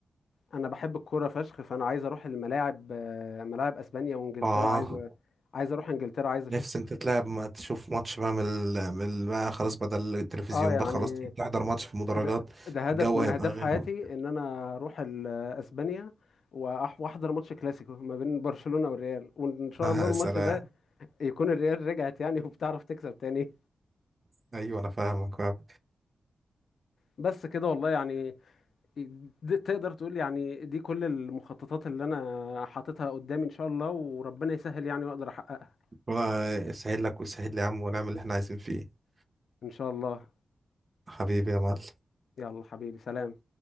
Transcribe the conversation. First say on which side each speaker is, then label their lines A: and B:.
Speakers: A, on the left; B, on the right.
A: انا بحب الكوره فشخ فانا عايز اروح الملاعب آه، ملاعب اسبانيا وانجلترا
B: اه
A: عايز عايز اروح انجلترا عايز اشوف
B: نفسي انت تلعب ما تشوف ماتش بقى من ال... من ال- بقى خلاص بدل التلفزيون
A: اه يعني
B: بقى خلاص تحضر ماتش في مدرجات
A: ده, ده هدف
B: الجو
A: من
B: هيبقى
A: اهداف
B: غير
A: حياتي
B: <laughs>
A: ان انا اروح ال- اسبانيا وأح- واحضر ماتش كلاسيكو ما بين برشلونة والريال وان شاء
B: آه،
A: الله الماتش
B: سلام
A: ده يكون الريال رجعت يعني <laughs> وبتعرف تكسب تاني
B: ايوه انا فاهمك فاهمك
A: بس كده والله يعني دي تقدر تقول يعني دي كل المخططات اللي انا حاططها قدامي ان شاء الله وربنا يسهل يعني واقدر احققها
B: ربنا يسهل لك ويسهل لي يا عم ونعمل اللي احنا عايزين فيه
A: ان شاء الله
B: حبيبي يا معلم
A: يلا حبيبي سلام